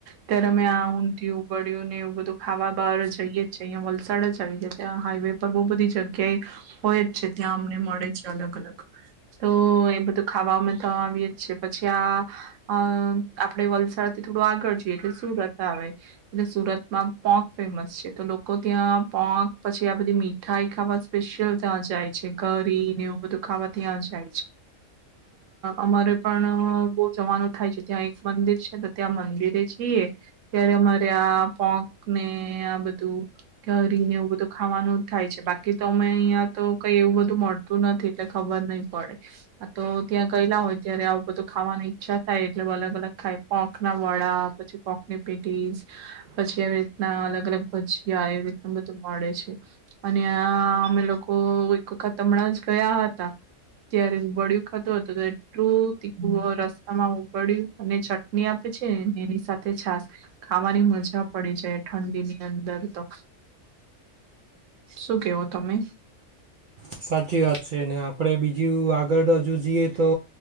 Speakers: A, on the right (about 75°); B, on the right (about 60°).
A: ત્યારે અમે આ ઊંધ ઉગડ્યું ને એવું બધું ખાવા બાર જઈએ જ છે અં વલસાડ જ આવી જાય ત્યાં હાઈવે પર બહુ બધી જગ્યાએ હોય જ છે ત્યાં અમને મળે છે અલગ અલગ તો એ બધું ખાવા અ આવી જ છે પછી આ આપણેે વલસાડથી થોડું આગળ જોઈએ એટલે સુરત આવે એટ સુરતમાં પોક ફેમસ છે તો લોકો ત્યાં પોક પછી આ બધી મીઠાઈ ખાવા સ્પેશિયલ ત્યાં જાય છે કરીરીને એવું બધું ખાવા ત્યાં જાય છે. અમારે પણ બહુ જવાનું થાય છે ત્યાં એક મંદિર છે ત્યાં મંદિરે જઈએ ત્યારે અમારે આ પોક ને આ બધું કરીને એવું બધું ખા થાય છે બાકી તો અમે અહીં તો કઈ એવું બધું મળતું નથી એટલે ખબર નહી પડે તો ત્યાં પલા હોય ત્યારે આવું બધું ખાવાની ઈચ્છા થાય એટલે અલગ અલગ ખાય પોક ના વડા પછી પોકની પેટીસ પછી એવી રીતના અલગ અલગ ભજીયા એવી રીત બધું મળે. અને અમે લોકો એક વખત હમણાં જ ગયા હતા ત્યારે બળિ્યું ખાધું હતું એટલું તીખુ રસ્તામાં ઉગડ્યું અને ચટણી આપે છે એની સાથે છાસ ખાવાની મજા પડી જાય ઠંડીની અંદર તો શું કેવો તમે
B: સાચી વાત છે ને આપડે બીજ જો આગળ હજુ જઈએ તો.